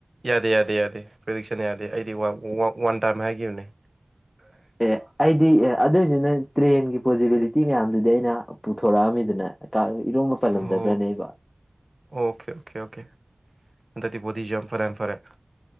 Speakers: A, on the right (about 45°); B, on the left (about 35°).
A: ꯌꯥꯗꯦ ꯌꯥꯗꯦ ꯌꯥꯗꯦ ꯄ꯭ꯔꯤꯗꯤꯛꯁꯟ ꯌꯥꯗꯦ ꯑꯩꯗꯤ ꯋꯥꯟ ꯇꯥꯏꯝ ꯍꯥꯏꯈꯤꯕꯅꯦ
B: ꯑꯦ ꯑꯩꯗꯤ ꯑꯦ ꯑꯗꯨꯏꯁꯤ ꯅ ꯇ꯭ꯔꯦꯟꯒꯤ ꯄꯣꯖꯤꯕꯤꯂꯤꯇꯤ ꯃꯌꯥꯝꯗꯨꯗꯤ ꯑꯩꯅ ꯄꯨꯊꯣꯔꯛꯑꯝꯃꯤꯗꯅ ꯏꯔꯣꯝꯕ ꯄꯜꯂꯝꯗꯕ꯭ꯔꯅꯦ
A: ꯑꯣ
B: ꯑꯩꯕꯣ
A: ꯑꯣꯀꯦ ꯑꯣꯀꯦ ꯑꯣꯀꯦ ꯑꯟꯗꯗꯤꯤꯄꯣꯗꯤꯤ ꯌ ꯌꯥꯝ ꯐꯔꯦ ꯐꯔꯦ